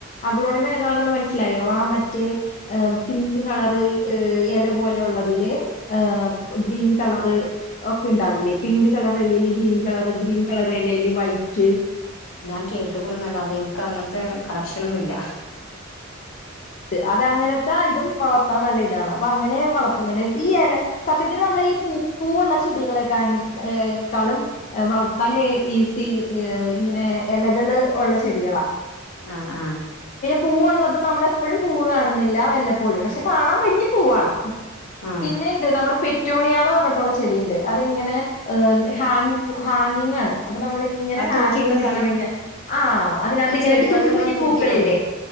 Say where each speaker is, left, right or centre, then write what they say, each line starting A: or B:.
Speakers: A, on the left; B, on the left.
A: അഗ്ലോണിമ ഏതാണെന്ന് മനസ്സിലായോ ആ മറ്റേ പിങ്ക് കളറ് ഇല പോലെ ഉള്ളതില് ഇഹ് ഗ്രീൻ കളറ് ഒക്കെ ഉണ്ടാവില്ലേ പിങ്ക് കളർ അല്ലേല് ഗ്രീൻ കളർ ഗ്രീൻ കളർ ഇലേൽ വയിറ്റ്
B: ഞാൻ കേട്ടിക്കുണുന്നല്ലാതെ എനിക്ക് അങ്ങനത്തെ കളക്ഷനൊന്നു ഇല്ല
A: അതങ്ങനെ ഇതും വളർത്താൻ നല്ല ഇതാണ് അപ്പൊ അങ്ങനെ വളർത്ത്ന്നത് ഈ ഇല സത്യത്തില് നമ്മള് ഈ പൂ പൂവൂള്ള ചെടികളെ <unintelligible> ക്കാളും വളർത്താൻ ഈസി ഇങ്ങനെ ഇലകള് ഉള്ള ചെടികളാ
B: ആഹ് ആഹ്
A: പൂവ് ഉള്ളത് നമ്മള് എപ്പോഴും പൂവ് കാണുന്നി ല്ലാ വല്ലപ്പോഴും പക്ഷെ കാണാൻ ഭംഗി പൂവാണ്
B: ആ
A: പിന്നെണ്ട് നമ്മുടെ പെ റ്റോണിയാന്ന് പറഞ്ഞിട്ടുള്ള ചെടിയുണ്ട് അതിങ്ങനെ ഹാങ്ങിഗ് പൂ ഹാങ്ങിങ് ആണ് അപ്പൊ നമ്മളിങ്ങനെ
B: അത്
A: ഹാങ്
B: തൂക്കിയിടണ്ട
A: ചെയ്തി
B: സാധനം
A: ഇട്ട് കഴിഞ്ഞാൽ ആ അതിനകത്ത്
B: ഈ
A: ഇങ്ങനെ
B: ചെടികളിൽ
A: ഒരു കുഞ്ഞി
B: ഇങ്ങനെ
A: കുഞ്ഞി
B: തൂക്കിയിടൂലേ
A: പൂക്കളില്ലേ